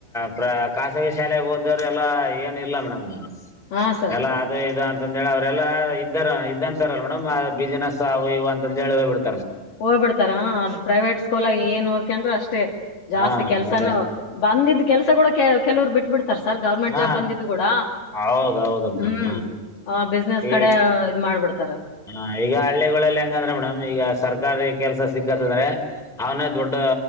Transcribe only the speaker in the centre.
ಪ್ರ ಖಾಸಗಿ ಶಾಲೆಗೆ ಹೋದವ್ರ ಎಲ್ಲಾ ಏನ್ ಇಲ್ಲ ಮೇಡಮ್ರು
ಎಲ್ಲ ಅದು ಇದು ಅಂತಂದೇಳಿ ಅವ್ರ ಎಲ್ಲ ಇದ್ದಾರ ಇದಂತಾರಲ್ಲ ಮೇಡಮ್ ಬಿಸಿನೆಸ್ವು ಇವ ಅಂತ ಹೇ್ಬಡ್ತ
ಹಾ
ಅದೇ
ಹಾ
ಹೌದೌದು
ಮೇಡಮ್
ಈ
ಹ ಈಗ ಹಳ್ಳಿಗಳಲ್ಲಿ ಹೆಂಗಂದ್ರ ಮೇಡಮ್ ಈಗ ಸರ್ಕಾರಿ ಕೆಲ್ಸ ಸಿಕ್ಕತ್ ಅಂದ್ರೆ ಅವನೇ ದೊಡ್ಡ